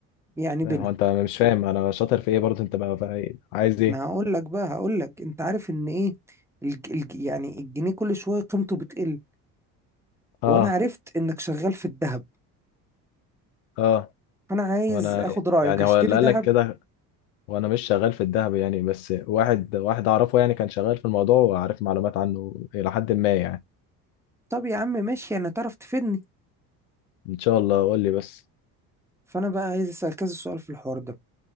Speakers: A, in the centre; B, on the left (about 75°).
A: يعني
B: إيه،
A: بينهم
B: هو انت مش فاهم انا شاطر في ايه برضه انت بقى بقى إيه؟ عايز ايه
A: انا هقول لك بقى هقول لك انت عارف ان ايه الج... الج... يعني الجنيه كل شويه قيمته بتقل
B: اه
A: وانا عرفت انك شغال في الذهب
B: اه
A: فانا عايز
B: وانا
A: اخد رايك
B: يعني
A: اشتري
B: هو اللي قالك
A: ذهب
B: كده وانا مش شغال في الذهب يعني بس واحد واحد اعرفه يعني كان شغال في الموضوع وعارف معلومات عنه الى حد ما يعني
A: طب يا عم ماشي يعني تعرف تفيدني
B: ان شاء الله قول لي بس
A: فانا بقى عايز اسال كذا سؤال في الحوار ده